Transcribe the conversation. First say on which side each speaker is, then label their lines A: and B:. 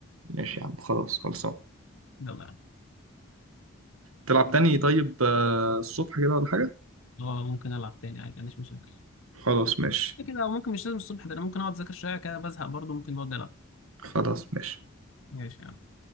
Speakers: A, on the right; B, on the left.
A: ماشي يا عم خلاص خلصان
B: يلا يا عم
A: تلعب تاني طيب آه، الصبح كده ولا حاجه
B: اه ممكن العب تاني عادي ما عنديش مشاكل
A: خلاص ماشي
B: كده كده، أو ممكن مش لازم الصبح ده انا ممكن اقعد اذاكر شويه كده بزهق برضه ممكن اقعد العب
A: خلاص ماشي
B: ماشي يا عم